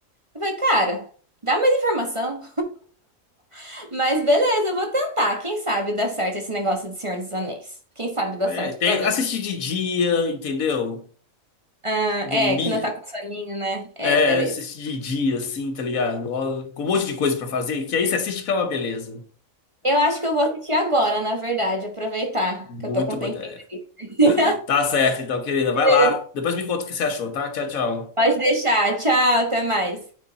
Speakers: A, on the right (about 25°); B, on the left (about 85°).
A: Eu falei, cara, dá mais informação. <laughs> Mas beleza, eu vou tentar. Quem sabe dá certo esse negócio do Senhor dos Anéis? Quem sabe dá
B: É,
A: certo
B: tem,
A: pra mim?
B: assistir de dia, entendeu?
A: Ah,
B: Dormir.
A: é, que não tá com soninho, né? É,
B: É,
A: beleza.
B: assiste de dia, assim, tá ligado? Ó, Com um monte de coisa pra fazer, que aí você assiste que é uma beleza.
A: Eu acho que eu vou assistir agora, na verdade, aproveitar
B: Muito
A: que eu tô com um
B: boa
A: tempinho.
B: ideia.
A: <laughs>
B: Tá certo, então, querida, vai
A: Beleza.
B: lá. Depois me conta o que você achou, tá? Tchau, tchau.
A: Pode deixar. Tchau, até mais.